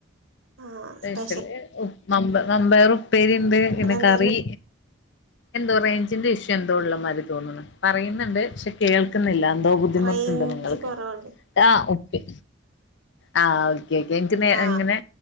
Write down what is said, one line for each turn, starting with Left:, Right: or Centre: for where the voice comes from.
Right: ആ
Left: പെഷൽ
Right: സ്പെഷ്യൽ
Left: ഉമ്പ മമ്പാർ ഉപ്പേരി ഉണ്ട് പിന്നെ
Right: എന്താന്ന്
Left: കറി എന്തോ റേഞ്ചിന്റെ ഇഷ്യു എന്തോ ഉള്ള മാതിരി തോന്നണം പറയുന്നുണ്ട് പക്ഷെ കേൾക്കുന്നില്ല എന്തോ ബുദ്ധിമുട്ട
Right: റേഞ്ച്
Left: ണ്ട് നിങ്ങൾക്ക്
Right: കുറവുണ്ട്
Left: ആഹ് ഓക്കെ ആഹ് ഓക്കെ ഓക്കെ എനിക്ക് നേ
Right: ആ
Left: ഇങ്ങനെ